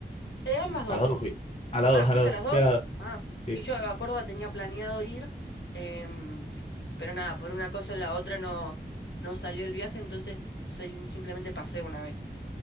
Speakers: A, on the left; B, on the left.
A: Eh, ambas dos.
B: A las dos fui. Al lado,
A: Ah,
B: al
A: ¿fuiste
B: lado.
A: a las dos?
B: Fui al lado.
A: Ah,
B: Sí.
A: sí, yo a Córdoba tenía planeado ir, em, pero nada, por una cosa o la otra no, no salió el viaje, entonces soy- simplemente pasé una vez.